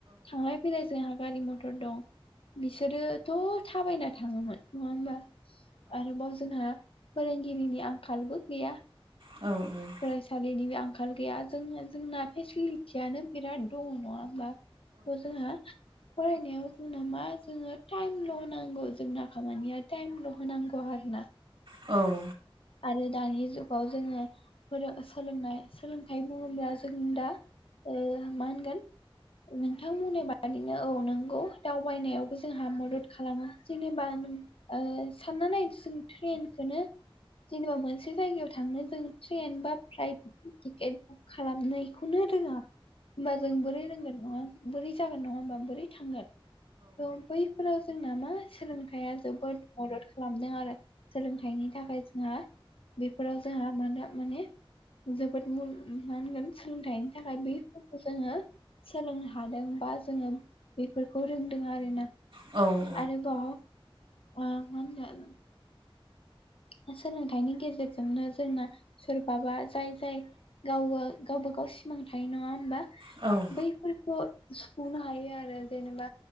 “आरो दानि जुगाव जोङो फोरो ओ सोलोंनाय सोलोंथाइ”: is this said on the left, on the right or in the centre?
Left